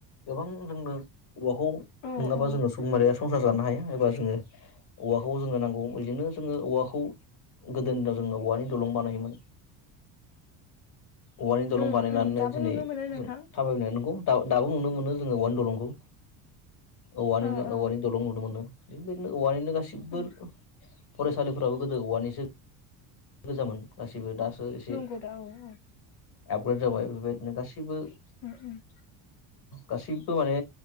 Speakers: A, on the left (about 55°); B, on the left (about 70°).
A: गोबां जोंनो औवाखौ
B: औ
A: नङाबा
B: औ
A: जोङो सुबुंमाहारिया संसार जानो हाया एबा जोङो औवाखौ जोंनो नांगौ बिदिनो जोङो औवाखौ गोदोनि दिनाव जोङो औवानि दलं बानायोमोन औवानि दलं
B: उम
A: बानायनानैनो
B: उम दाबो
A: दिनै
B: नुनो मोनो नोंथां
A: जों थाबायनो नोंगौ दा दाबो नुनो मोनो जोङो औवानि दलंखौ औवानि
B: औ औ
A: औवानि दलं नुनो मोनो बेबायदिनो औवानिनो गासिबो
B: उम
A: फरायसालिफोराबो गोदो औवानिसो गोजामोन गासैबो दासो एसे
B: नंगौ दा औ औ
A: आपग्रेड जाबाय बेबायदिनो गासैबो
B: उम उम
A: गासिबो माने